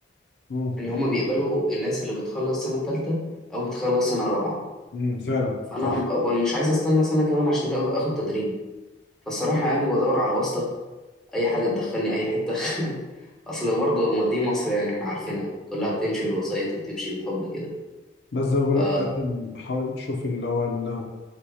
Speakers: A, on the left; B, in the centre.
A: امم
B: ان هما بيقبلوا الناس اللي بتخلص سنه تالتة او بتخلص سنه رابعه
A: امم فعلا
B: فانا
A: صح
B: ب- مش عايز استنى سنه كمان عشان ده اخد تدريب فالصراحه يعني بدور على واسطه اي حاجه تدخلني اي حته <laughs> اصل برضه ما دي مصر يعني احنا عارفينها كلها بتمشي بالوسايط وبتمشي بالحب كده
A: بس زي ما بقول
B: ف
A: لك قدم حاول تشوف اللي هو اللي